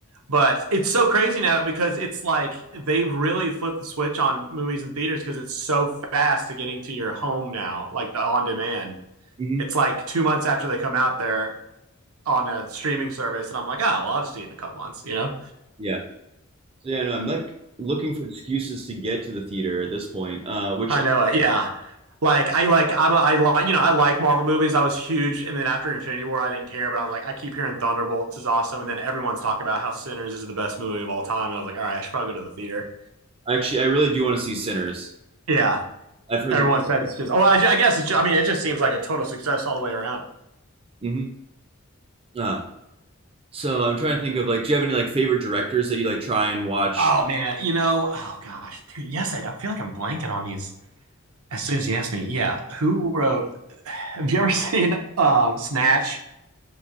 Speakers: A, on the right (about 80°); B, on the right (about 25°).
A: But it's so crazy now because it's like they've really flipped the switch on movies and theaters because it's so fast to getting to your home now, like the on demand.
B: Mhm.
A: It's like two months after they come out, there on a streaming service, and I'm like, oh, well, I'll just see it in a couple months, you know?
B: Yeah. So yeah, no, I'm like looking for excuses to get to the theater at this point, uh, which
A: I know it, yeah. Like I like I'm a, I like you know I like Marvel movies. I was huge, and then after Infinity War, I didn't care. But I was like, I keep hearing Thunderbolts is awesome, and then everyone's talking about how Sinners is the best movie of all time, and I was like, all right, I should probably go to the theater.
B: Actually, I really do want to see Sinners.
A: Yeah,
B: I've heard
A: Everyone
B: the.
A: said it's just. Oh, I, I guess it's. Just, I mean, it just seems like a total success all the way around.
B: hmm Ah, so I'm trying to think of like, do you have any like favorite directors that you like try and watch?
A: Oh man, you know, oh gosh, Dude, yes, I, I feel like I'm blanking on these. As soon as you asked me, yeah, who wrote? Have you ever <laughs> seen um Snatch?